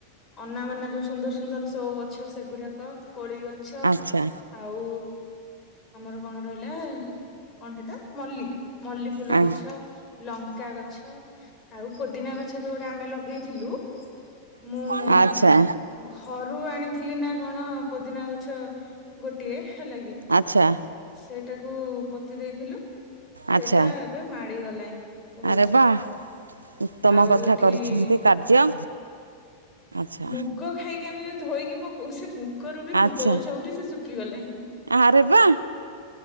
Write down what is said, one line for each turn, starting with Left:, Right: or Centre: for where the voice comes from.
Left: ଅନା ବନା ଯୋଉ ସୁନ୍ଦର ସୁନ୍ଦର ସୋ ଗଛ ସେଗୁଡାକ କୋଳି ଗଛ। ଛ
Right: ଆଚ୍ଛା ଆଚ୍ଛା ଆଚ୍ଛା
Left: ଆଉ ଆମର କଣ ରହିଲା କଣ ସେଇଟା ମଲ୍ଲି। ମଲ୍ଲି ଫୁଲ
Right: ଆଚ୍ଛା
Left: ଗଛ, ଲଙ୍କା ଗଛ ଆଉ ପୋଦିନା ଗଛ। ସେ ଯୋଉଟା ଆମେ ଲଗେଇଥିଲୁ ମୁଁ
Right: ଆଚ୍ଛା ଆଚ୍ଛା
Left: ଘରୁ ଆଣିଥିଲି ନା କଣ ପୋଦିନା ଗଛ। ଗୋଟିଏ ହେଲା କିି।
Right: ଆଚ୍ଛା।
Left: ସେଇଟାକୁ ପୋତି ଦେଇଥିଲୁ
Right: ଆଚ୍ଛା
Left: ସେଇଟା ଏବେ ମାଡି ଗଲାଣି ବହୁତ
Right: ଆରେ
Left: ସାରା।
Right: ବା ଉତ୍ତମ
Left: ଆଉ
Right: କଥା
Left: ଏଠି
Right: କରିଛନ୍ତି କାର୍ଯ୍ୟ। ଆଚ୍ଛା
Left: ମୁଗ ଖାଇକି ଆମେ ଯୋଉ ଧୋଇକି ପକଉ ସେ ମୁଗରୁ ବି
Right: ଆଚ୍ଛା
Left: ମୁଗ ଗଛ ଉଠି ସେ ଶୁଖିଗଲାଣିିଁ।
Right: ଆରେ ବା।